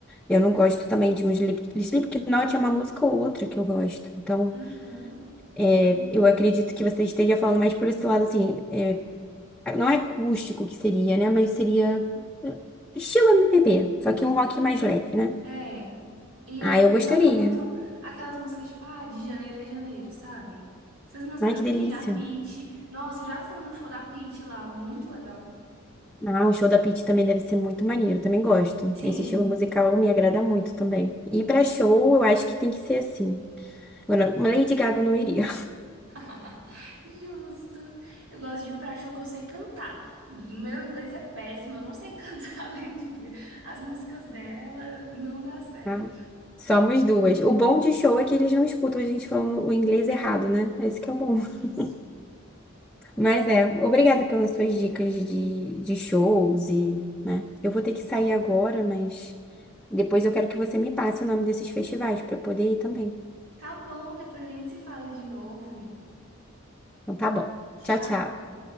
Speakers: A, in the centre; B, on the right.
A: eu não gosto também de um Slip, Slipknot é uma música ou outra que eu gosto. Então,
B: Uhum.
A: é,
B: Sim,
A: eu acredito que você esteja falando mais por esse lado, assim, é, não é acústico que seria, né? Mas seria eh, estilo MPB, só que um rock
B: sim.
A: mais leve, né?
B: É. E ele
A: Ah,
B: também
A: eu gostaria.
B: toca muito aquelas músicas tipo, ah, de janeiro a janeiro, sabe? Essas músicas
A: Ai, que
B: assim,
A: delícia.
B: a Pitty. Nossa, eu já fui num show da Pitty lá, muito legal.
A: Ah, o show da Pitty também deve ser muito maneiro, também gosto.
B: Sim,
A: Esse estilo musical me agrada muito também. E pra show, eu acho que tem que ser assim. Agora, Uma Lady Gaga eu não iria,
B: <laughs> justo. Eu gosto de ir pra show que eu sei cantar. Meu inglês é péssimo, eu não sei <laughs> cantar a Lady Gaga. As músicas dela não dá
A: <laughs>
B: certo.
A: tá? Somos duas. O bom de show é que eles não escutam a gente falando o inglês errado, né? Esse que é o bom. <laughs>
B: Mas, sim.
A: Mas é, obrigada pelas suas dicas de, de shows e, né? Eu vou ter que sair agora, mas depois eu quero que você me passe o nome desses festivais pra eu poder ir também.
B: Tá bom, depois a gente se fala de novo.
A: Então tá bom.
B: Tchau.
A: Tchau, tchau.